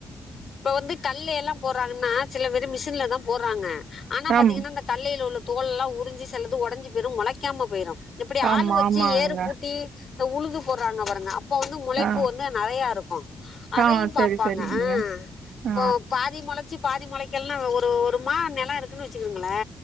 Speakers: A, on the left (about 45°); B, on the right (about 70°).
A: இப்போ வந்து கல்ல எல்லா போறாங்குன்னா சில மெரி மிஷின்லெ தா போட்றாங்க ஆனா
B: ஆம்
A: பாத்தீங்கினா இந்தெ கல்லெயில்லுலக் தோல்லா உரிஞ்சி செல்லது ஒடஞ்சி போயிரு மொளைக்காமெ போயிரு இப்பிடி
B: ஆமா
A: ஆளு வச்சி
B: ஆமாங்க
A: ஏரு பூட்டீ இந்தெ உழுது போடுறாங்க பாருங்க இப்போ வந்து முளைப்பு
B: ஆ
A: வந்து நறயாருக்கு அதையிம்
B: ஆ சரி
A: பாப்பாங்கெ
B: சரிங்க ஆ
A: இப்போ பாதி மொளச்சி பாதி மொளைக்கெலேன்னா ஒரு ஒரு மா நெலோ இருக்குன்னு வச்சுக்குங்களே